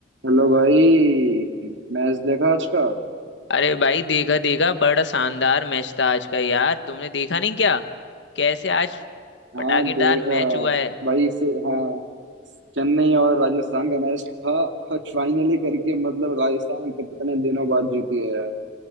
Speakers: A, on the right; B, on the left.
A: Hello भाई Match देखा आज का
B: अरे भाई देखा देखा बड़ा शानदार मैच था आज का यार तुमने देखा नहीं क्या कैसे आज
A: हाँ
B: पटाखेदार
A: देखा
B: मैच हुआ है
A: भाई से हाँ चेन्नई और राजस्थान का मैच था और फाइनली करके मतलब राजस्थान कितने दिनों बाद जीती है यार